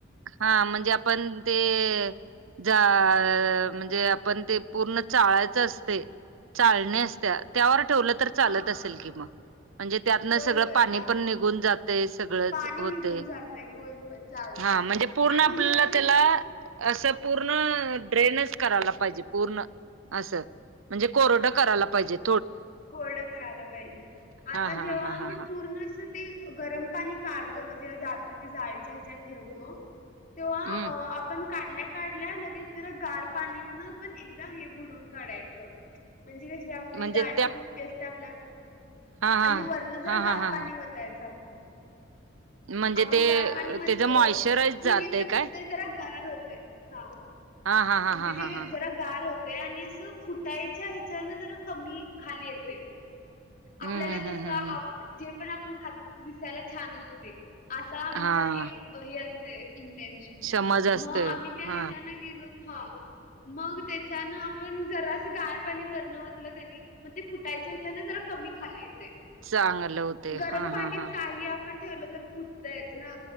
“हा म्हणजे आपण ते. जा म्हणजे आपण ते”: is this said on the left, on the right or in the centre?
Right